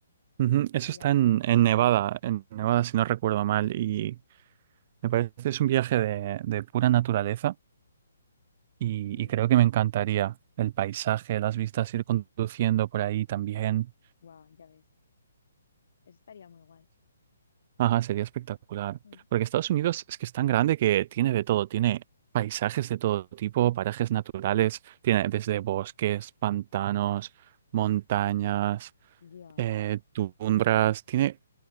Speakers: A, on the right; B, on the left.
A: Ujú,
B: Estaría
A: Eso está
B: guay.
A: en, en Nevada, en Nevada, si no recuerdo mal. Y me parece que es un viaje de, de pura naturaleza y,
B: Sí,
A: y creo que me encantaría el paisaje, las vistas, ir conduciendo por ahí también.
B: guau, ya ves. Eso estaría muy guay.
A: Ajá, sería espectacular.
B: Mm,
A: Porque Estados Unidos es que es tan grande que tiene de todo, tiene paisajes de todo tipo, parajes naturales, tiene desde bosques, pantanos, montañas.
B: Ya,
A: eh, tundras, tiene